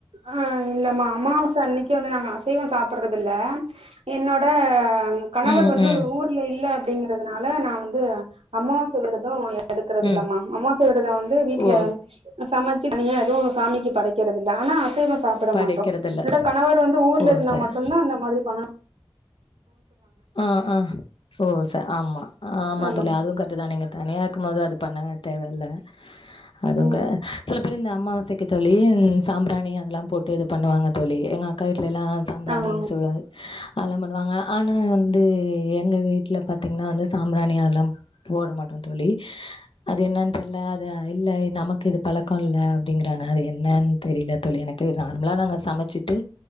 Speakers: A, on the right; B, on the left.
A: ஆஹ் இல்லம்மா அமாவாச அன்னைக்கு வந்து நாங்க அசைவம் சாப்பிடறது இல என்னோட கணவர்
B: ம்
A: வந்து
B: ம்
A: ஊர்ல இல்ல அப்படிங்கறிறதுனால நா வந்து அமாவாச விரதம் எடுக்கறிறது
B: ம்
A: இலாமமா அமாவசை விரதம் வந்து வீட்டுல
B: ஓ
A: சமைச்சு எதுவும் சாமிக்கு கக்கிறது ஆனா அசைவம் சாப்பிட
B: படிக்கிறதில்ல
A: மாட்டோம் எனோட கணவர் வந்து ஊர்ல
B: ஓ
A: இருந்தா
B: சரி
A: மட்டும்தா அந்த மாரி பண்ண
B: ஆஹ் ஆஹ் ஓ ச ஆமா ஆ ஆமா
A: ஆமாம்
B: தோழி அதுவும் கட்டு தா நீங்க தனியா இருக்கும் போது அது பண்ண தேவை அல்ல அதுங்க
A: ம்
B: சில அப்புற இந்த அம்மாவசைக்க தோழி சாம்ராணி அதெல்லாம் போட்டு இது பண்ணுவாங்க தோழி எங்க அக்கா ட்டுலாம் சாம்பிராணி
A: ஆமாம்
B: சூ ஆளன பண்ணுவாங்க ஆனா வந்து எங்க வீட்டுல பாத்தீங்கன்னா வந்து சாம்பிராணி அதெல்லாம் போட மாட்டோம் தோழி அது என்னன்னு தெரியல அது இல்ல நமக்கு இது பழக்கம் இல்ல அப்படிங்கறாங்க அது என்னன்னு தெரியல தோழி எனக்கு நார்மலா நாங்க சமைச்சிட்டு